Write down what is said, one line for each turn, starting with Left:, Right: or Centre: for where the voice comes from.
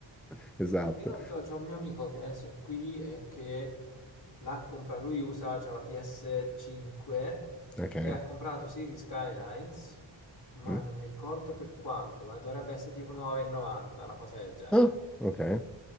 Centre: <laughs> Esatto.
Left: No, io non lo so, c'è un mio amico che adesso è qui e che l'ha comprato, lui usa, c'ha la PS5
Centre: Ok.
Left: e ha comprato City Skylines, ma
Centre: Mm.
Left: non mi ricordo per quanto, ma dovrebbe essere tipo 9,90, una cosa del genere,
Centre: Ah, ok.